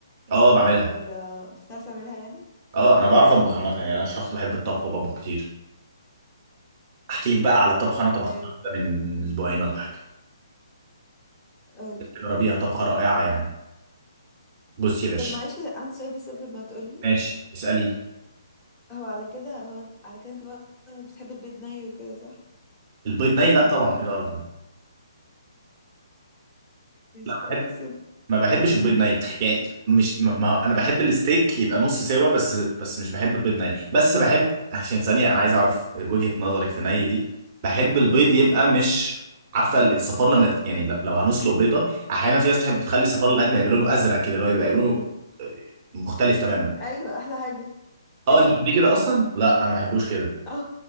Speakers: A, on the right; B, on the left.
A: اه بعملها
B: ولا بتعرف تعملها يعني
A: اه انا بعرف اطبخ عامه يعني انا شخص بحب الطبخ وبطبخ كتير احكي لك بقى على طبخه انا طبختها
B: طيب
A: كده من اسبوعين ولا حاجه
B: قولي
A: جربيها طبخه رائعه يعني بص يا باشا
B: طب معلش عندي سؤال بس قبل ما تقولي
A: ماشي اساليني
B: هو على كده هو على كده انت بقى بتحب البيض ني وكده صح
A: البيض ني لا طبعا ايه القرف ده
B: ماشي
A: لا ما
B: خلاص
A: بحب
B: يلا
A: ما بحبش البيض ني يعني مش ما... ما... انا بحب الستيك يبقى نص سوا بس بس مش بحب البيض ني بس بحب عشان ثانيه انا عايز اعرف وجهه نظرك في ني دي بحب البيض يبقى مش عارفه الصفار لما ت- يعني لو لو هنسلق بيضه احيانا في ناس بتحب تخلي الصفار لغايه ما يبقى لونه ازرق كده اللي هو يبقى لونه آه، مختلف تماما
B: ايوه احلى حاجه
A: اه
B: ايوه
A: انت بتحبيه كده اصلا لا انا ما بحبوش كده
B: اه